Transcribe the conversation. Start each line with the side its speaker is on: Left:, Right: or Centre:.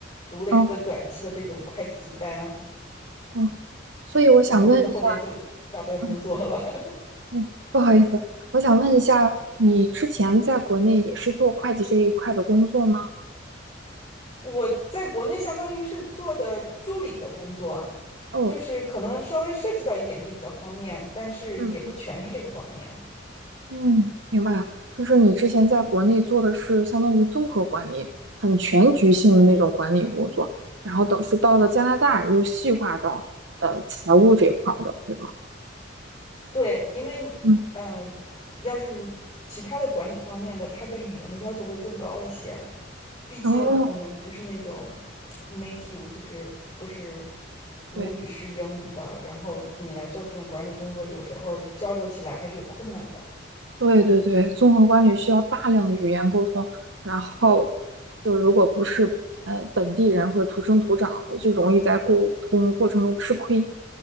Left: 读了一个短期的这种会计班，
Right: 哦哦，嗯所以我想问一下，
Left: 然后真的后面就找到工作了。
Right: 嗯
Left: <laughs>
Right: 嗯，不好意思，我想问一下，你之前在国内也是做会计这一块的工作吗？
Left: 我在国内相当于是做的助理的工作，
Right: 哦，
Left: 就是可能稍微涉及到一点这个方面，但是也不全是这个方面。
Right: 嗯。嗯，明白了，就是你之前在国内做的是相当于综合管理，很全局性的那种管理工作，然后等是到了加拿大又细化到呃财务这块儿的，对吗？
Left: 对，因为嗯，
Right: 嗯，
Left: 要是其他的管理方面的，他对语言的要求会更高一些。毕竟我们不是那种
Right: 哦，
Left: <tsk> native，就是不是母语是英语的，
Right: 对
Left: 然后你来做这种管理工作，有时候交流起来还是有困难的。
Right: 对对对，综合管理需要大量的语言沟通，然后就如果不是呃本地人或者土生土长的，就容易在沟通过程中吃亏。